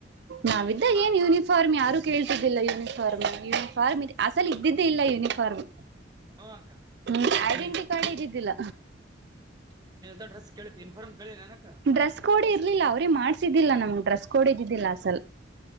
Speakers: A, on the right; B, on the right.
A: ನಾವಿದ್ದಾಗ
B: ಹ
A: ಏನ್ ಯೂನಿಫಾರ್ಮ್ ಯಾರು ಕೇಳ್ತಿದ್ದಿಲ್ಲ ಯೂನಿಫಾರ್ಮ್ ಯೂನಿಫಾರ್ಮ್ ಅಸಲ್ ಇದ್ದಿದ್ದೇ ಇಲ್ಲ ಯೂನಿಫಾರ್ಮ್
B: ಹಾ ಅಕ್ಕ
A: ಹ್ಮ್ ಐಡೆಂಟಿ
B: ನೀವಿದ್ದ
A: ಕಾರ್ಡ್ ಇದಿದ್ದಿಲ್ಲ
B: ನೀವ್ದ ಡ್ರೆಸ್ ಕೇಳಿ ಇನ್ಫಾರ್ಮ್ ಕೇಳಿ ನನಕ
A: ಡ್ರೆಸ್ ಕೋಡ್ ಇರ್ಲಿಲ್ಲ ಅವ್ರೀ ಮಾಡ್ಸಿದ್ದಿಲ್ಲ ನಮ್ಗೆ ಡ್ರೆಸ್ ಕೊಡಿದ್ದಿದ್ದಿಲ್ಲ ಅಸಲ್